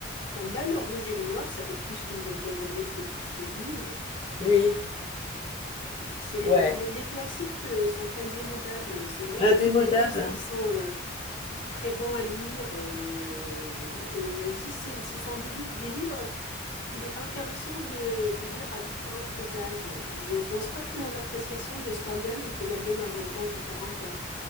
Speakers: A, on the left; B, on the left.
A: Stendhal, Le Rouge et le Noir, ça fait plus d'une vingtaine d'années depuis que je l'ai lu. hein.
B: oui,
A: C'est,
B: ouais,
A: les, les classiques euh, sont indémodables. C'est vrai
B: indémodable.
A: que ce sont des textes
B: hein.
A: qui sont euh, très bons à lire. euh, et aussi, c'est- ce sont des, li- des livres qu'il est intéressant de, de lire à différents âges. Je ne pense pas que mon appréciation de Stendhal était la même à 20 ans qu'à 40 ans.